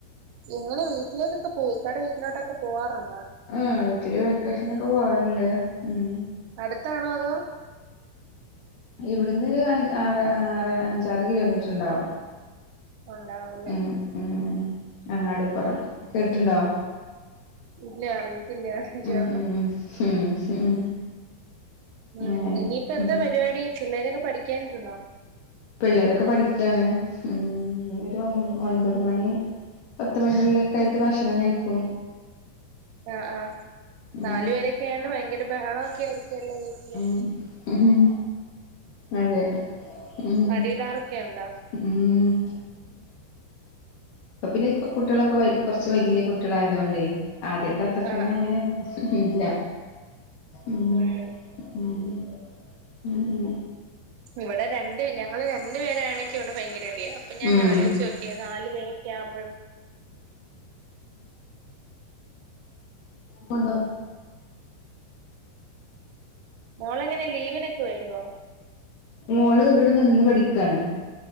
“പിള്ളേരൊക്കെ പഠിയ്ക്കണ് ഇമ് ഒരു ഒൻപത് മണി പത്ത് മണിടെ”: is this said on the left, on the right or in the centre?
Left